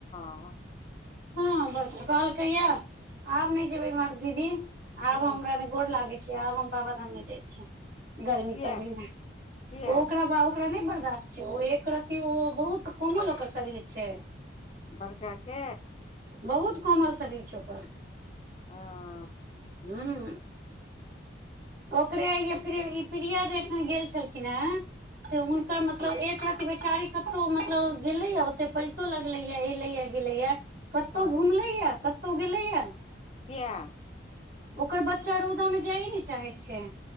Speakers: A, on the left; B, on the right.
A: -ओ
B: हँ ब कहलकैया आब नइ जेबै इम्हर दीदी आब
A: हँ
B: हमरा गोर लागे छै आब हम बाबाधाम नइ जाइ छियै गर्मी
A: किया
B: तरमी मे ओ
A: किया
B: ओकरा बाब ओकरा नइ बर्दाश्त छै ओ एक रत्ति ओ बहुत कोमल ओकर शरीर छै
A: बड़काके
B: बहुत कोमल शरीर छै ओकर
A: हंअ
B: हूं ओकरे य ई प्रिया जे एखन गेल छलखिन हें से हुनकर मतलब मतलब एक रत्ति बेचारी कतौ मतलब गेलैआ ओते पैसो लगलै या एलैए गेलैया कतहु
A: हँ
B: घुमलैआ कतहु गेलैया
A: किआ
B: ओकर बच्चा रौदा मे जाइए ने चाहे छै